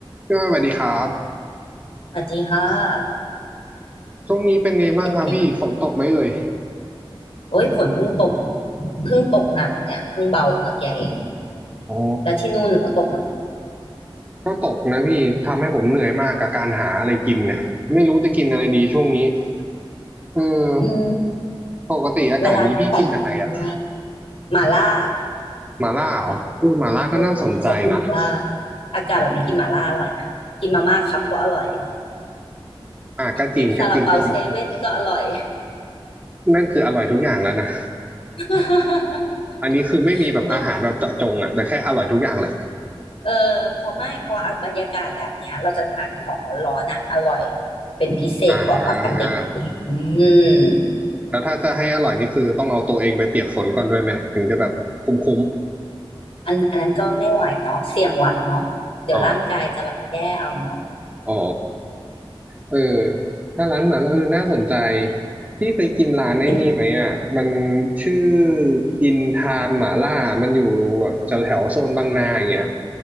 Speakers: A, on the right; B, on the left.
A: พี่ว่าสวัสดีครับ
B: สวัสดีค่ะ
A: ช่วงนี้เป็นไงบ้างครับพี่ฝนตกไหมเอ่ย
B: เป็นไงบ้างโอ้ยฝนเพิ่งตกเพิ่งตกหนักเนี่ยเพิ่งเบาเมื่อกี้เอง
A: อ๋อ
B: แล้วที่นู่นหนูตกไหม
A: ก็ตกนะพี่ทำให้ผมเหนื่อยมากกับการหาอะไรกินเนี่ยไม่รู้จะกินอะไรดีช่วงนี้เอ
B: อืม
A: อปกติอากาศนี้พี่กินอะไรอ่ะ
B: เวลาของกินยากหม่าล่า
A: หมาล่าเหรอเออหมาล่าก็น่าสนใจนะ
B: เออพี่ชอบกินหม่าล่าอากาศแบบนี้กินหม่าล่าอร่อยนะกินมาม่าครับก็อร่อย
A: อ่ะก็จริงก็จริงก็จริง
B: กินซาลาเปาเซเว่นก็อร่อย
A: นั่นคืออร่อยทุกอย่างแล้วนะ
B: <laughs>
A: อันนี้คือไม่มีแบบอาหารแบบเจาะจงอ่ะแต่แค่อร่อยทุกอย่างแหละ
B: ก็เออพอไม่พออ่ะบรรยากาศแบบเนี้ยเราจะทานของร้อนๆอ่ะอร่อยเป็นพิเศษกว่าปกติ
A: อ่า
B: อืม
A: แล้วถ้าจะให้อร่อยนี่คือต้องเอาตัวเองไปเปียกฝนก่อนด้วยไหมถึงจะแบบคุ้ม
B: อันอันนั้นก็ไม่ไหวเนาะเสี่ยงหวัดเนาะเดี๋ยวร่างกายจะแบบแย่เอาเนาะ
A: ๆอ๋ออ๋อ เออถ้าร้านหมาล่าเออน่าสนใจพี่เคยกินร้านไอ้นี่ไหมอ่ะมัน
B: อืม
A: ชื่ออินทานหมาล่ามันอยู่แบบแถวแถวโซนบางนาอย่างเงี้ย